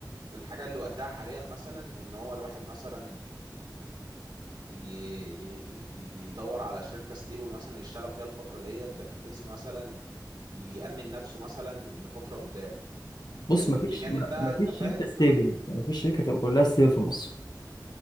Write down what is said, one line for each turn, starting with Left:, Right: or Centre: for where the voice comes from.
Right: الحاجة اللي وقتها حاليا مثلا إن هو الواحد مثلا ي- ي- يدور على شركة ستيبل مثلا يشتغل فيها الفترة ديت بحيث مثلا يأمن نفسه مثلا لفترة قدام
Left: بص
Right: آه،
Left: ما فيش
Right: بجانب
Left: ما
Right: بقى
Left: ما فيش
Right: أنت فاهم
Left: شركة ستيبل
Right: أنا
Left: ما فيش شركة تبقى كلها ستيبل في مصر